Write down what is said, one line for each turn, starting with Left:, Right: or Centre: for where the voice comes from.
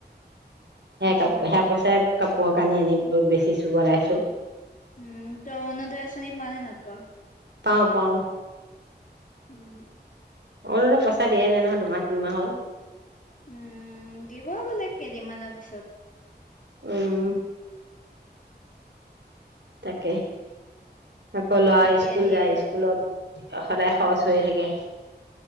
Right: হে
Left: উম
Right: কাপ হে পইচাৰে কাপোৰ কানি আনি বেচিছো বনাইছো
Left: উম ত অৰুণুদয় আছনি পাঅনে নাপা
Right: পাওঁ পাওঁ।
Left: উম।
Right: অৰুণদয় পইচা দিয়াই নাই নহয় দুমাহ তিনিমাহ হ'ল।
Left: উম দিব বোলে কেইদিনমানৰ পিছত।
Right: উম। তাকে। আকৌ লৰা
Left: কেতিয়া
Right: স্কুল
Left: দিয়ে।
Right: যায় স্কুলত সদায় খৰচ হৈ থাকে।